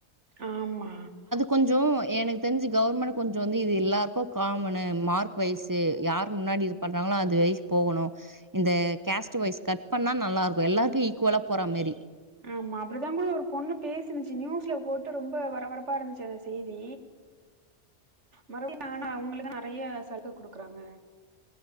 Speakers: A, on the right (about 85°); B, on the right (about 20°).
A: ஆமா
B: கொஞ்சும் எனக்கு தெரிஞ்சு கவர்மெண்ட் கொஞ்ச இதுவந்து இது எல்லாருக்கும் காமனு மார்க் வைஸ்சு யார் முன்னாடி இது பண்றாங்களோ அது வைஸ்போகணும் இந்த கேஸ்ட் வைஸ் கட் பண்ணா நல்லா இருக்கும் எல்லாருக்கும் ஈக்குவலா போற மெரி
A: ஆம்மா அப்புறதான்போல ஒரு பொண்ணு பேசினுச்சு நியூஸ்ல போட்டு போட்டு ரொம்ப பரபரப்பா இருந்துச்சு அந்த செய்தி மறுபடியும் நான்னா அவங்களுக்குதான் நிறைய சலுகை குடுக்குறாங்க